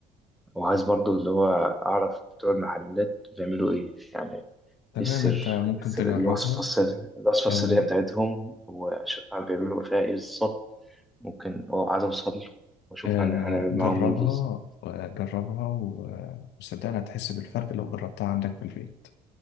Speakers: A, in the centre; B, on the left (about 65°).
A: وعايز برضه اللي هو أعرف بتوع المحلات بيعملوا إيه يعني
B: تمام
A: ايه السر
B: أنت ممكن
A: السر
B: تجربها
A: الوصفة السر الوصفة
B: آه
A: السرية بتاعتهم وأشوف هما بيعملوا فيها ايه بالظبط ممكن أو عايز أوصل له وأشوف
B: آه
A: هن- هنعمل
B: جربها
A: معاهم ايه بالظبط
B: آه، جربها و- وصدقني هتحس بالفرق لو جربتها عندك في البيت